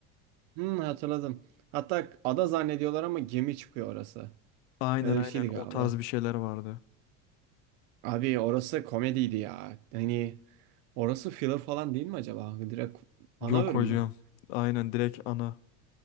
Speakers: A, on the right; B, on the left.
A: Hmm, hatırladım. Hatta ada zannediyorlar ama gemi çıkıyor orası.
B: Aynen
A: Öyle
B: aynen
A: bir şeydi galiba.
B: o tarz bir şeyler vardı.
A: Abi orası komediydi ya. Hani orası filler falan değil mi acaba? Direkt ana
B: Yok
A: bölüm
B: hocam.
A: mü?
B: Aynen direkt ana.